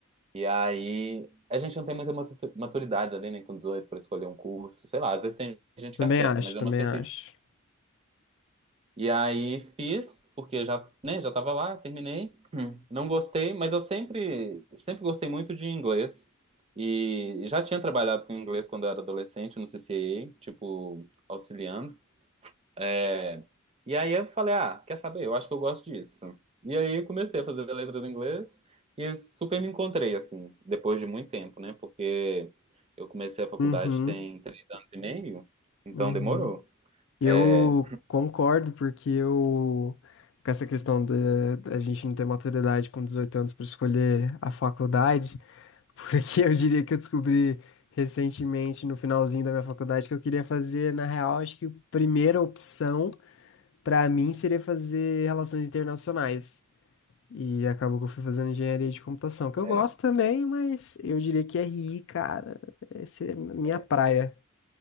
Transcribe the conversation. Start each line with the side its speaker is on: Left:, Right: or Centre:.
Right: E aí, a gente não tem muita matu- maturidade ali, né, com 18 para escolher um curso, sei lá, às vezes tem gente
Left: Também
Right: que acerta,
Left: acho,
Right: mas eu
Left: também
Right: não acertei.
Left: acho.
Right: tipo. E aí fiz, porque já, né, já tava lá, terminei. <clears throat> Não gostei, mas eu sempre, sempre gostei muito de inglês. E já tinha trabalhado com inglês quando eu era adolescente no CCA, tipo, auxiliando. É, E aí eu falei, ah, quer saber? Eu acho que eu gosto disso. E aí comecei a fazer letras em inglês e super me encontrei, assim, depois de muito tempo, né? Porque eu comecei a faculdade
Left: Uhum,
Right: tem três anos e meio, então
Left: uhum.
Right: demorou.
Left: Eu
Right: É,
Left: concordo, porque eu, com essa questão da da gente não ter maturidade com 18 anos para escolher a faculdade, <laughs> porque eu diria que eu descobri recentemente, no finalzinho da minha faculdade, que eu queria fazer, na real, acho que a primeira opção para mim seria fazer relações internacionais. E acabou que eu fui fazendo engenharia de computação, que eu
Right: é,
Left: gosto também, mas eu diria que RI, cara, essa é a minha
Right: é,
Left: praia.